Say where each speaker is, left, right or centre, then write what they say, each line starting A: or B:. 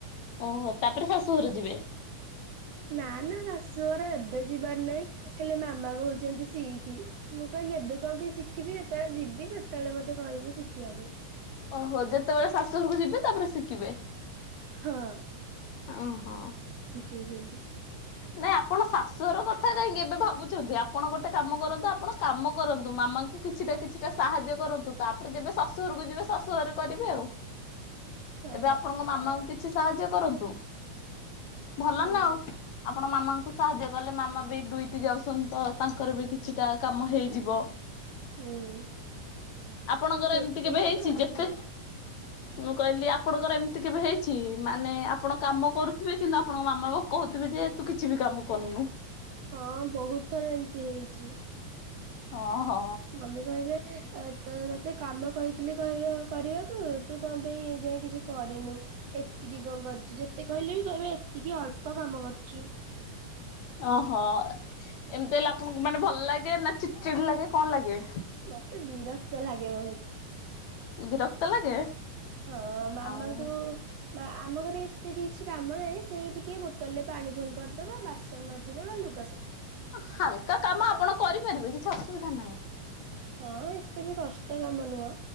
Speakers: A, on the left; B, on the right.
A: ଓହୋ ତାପରେ ଶାଶୁଘର ଯିବେ
B: ନା ନା ଶାଶୁଘରେ ଏବେ ଯିବାର ନାହିଁ ହେଲେ ମାମା କହୁଛନ୍ତି ସିଇକି। ମୁଁ କହିଲି ଏବେ କଣ ପାଇଁ ଶିଖିବି ଯେତେବେଳେ ଯିବି ସେତେବେଳେ ମତେ କହିବୁ ଶିଖିବାକୁ।
A: ଓହୋ ଯେତେବେଳେ ଶାଶୁଘରକୁ ଯିବେ। ତାପରେ ଶିଖିବେ
B: ହଁ
A: ଓହୋ।
B: କହୁଛନ୍ତି।
A: ନାଇଁ ଆପଣ ଶାଶୁଘର କଥା କାହିଁକି ଏବେ ଭାବୁଛନ୍ତି ଆପଣ ଗୋଟେ କାମ କରନ୍ତୁ ଆପଣ କାମ କରନ୍ତୁ ମାମା କୁ କିଛିଟା କିଛିଟା ସାହାଯ୍ୟ କରନ୍ତୁ ତାପରେ ଯେବେ ଶାଶୁଘରକୁ ଯିବେ ଶାଶୁ ଘରେ କରିବେ ଆଉ।
B: ହଁ
A: ଏବେ ଆପଣଙ୍କ ମାମାଙ୍କୁ କିଛି ସାହାଯ୍ୟ କରନ୍ତୁ ଭଲ
B: ହୁଁ
A: ନା ଆଉ। ଆପଣ ମାମାଙ୍କୁ ସାହାଯ୍ୟ କଲେ ମାମା ବି ଡୁଇଟି ଯାଉଛନ୍ତି ତ ତାଙ୍କର ବି କିଛିଟା କାମ ହେଇଯିବ।
B: ହୁଁ
A: ଆପଣଙ୍କର
B: ବେଶୀ
A: ଏମିତି କେବେ
B: କିଛି
A: ହେଇଛି
B: କାମ
A: ଯେତେ
B: ନାହିଁ।
A: ମୁଁ କହିଲି ଆପଣଙ୍କର ଏମିତି କେବେ ହେଇଛି ମାନେ ଆପଣ କାମ କରୁଥିବେ କିନ୍ତୁ ଆପଣଙ୍କ ମାମା ବା କହୁଥିବେ ଯେ ତୁ କିଛି ବି କାମ କରୁନୁ।
B: ହଁ ବହୁତ ଥର ଏମିତି ହେଇଛି।
A: ଓହୋ
B: ମମି କହିବେ ତ ତତେ କାମ କହିଥିଲି କହିବା କରିବାକୁ ତୁ କଣ ପାଇଁ ଯାଇ କିଛି କରିନୁ ଏତିକି କଣ କରିଛୁ ଯେତେ କହିଲେ ବି କହିବେ ଏତିକି ଅଳ୍ପ କାମ କରୁଛୁ।
A: ଓହୋ ଏମିତି ହେଲେ ଆପଣଙ୍କୁ ମାନେ ଭଲ ଲାଗେ ନା ଚିଡି ଚିଡି ଲାଗେ କଣ ଲାଗେ?
B: ମତେ ବିରକ୍ତ ଲାଗେ ବହୁତ।
A: ବିରକ୍ତ ଲାଗେ?
B: ହଁ ମାମାଙ୍କୁ
A: ଆଉ
B: ବା ଆମ ଘରେ ଏତେ କିଛି କାମ ନାହିଁ ସେଇ ଟିକେ ବୋଟଲରେ ପାଣି ଭୁଲ କରିଦବା ବାସନ ମାଜିଦବା ଲୁଗ
A: ହାଲକା କାମ ଆପଣ କରିପାରିବେ କିଛି ଅସୁବିଧା ନାହିଁ।
B: ହଁ ଏତେ ବି କଷ୍ଟ କାମ ନୁହଁ